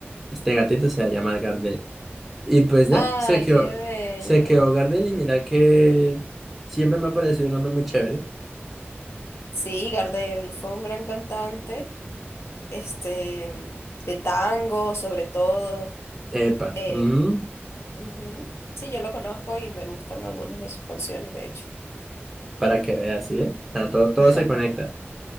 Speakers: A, in the centre; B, on the left.
A: este gatito se va a llamar Gardel. Y pues ya,
B: Ay,
A: se quedó,
B: qué bello.
A: se quedó Gardel y mira que siempre me ha parecido un hombre muy chévere.
B: Sí, Gardel fue un gran cantante, este, de tango sobre todo.
A: Epa,
B: Eh,
A: ujú,
B: ujú. Sí, yo lo conozco y me gustan algunas de sus canciones, de hecho.
A: para que veas, ¿sí? ven? O sea, todo, todo
B: <laughs>
A: se conecta.